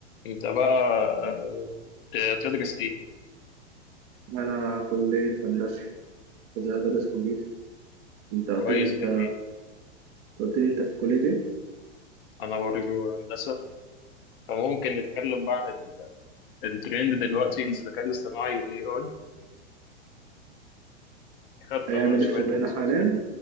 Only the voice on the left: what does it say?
انت بقى آه، بتدرس ايه
كويس
يعني
انا برضه هندسه فممكن نتكلم بقى عن ال- الترند دلوقتي الذكاء الاصطناعي والاي اي خدت
انا شويه
كورسات
في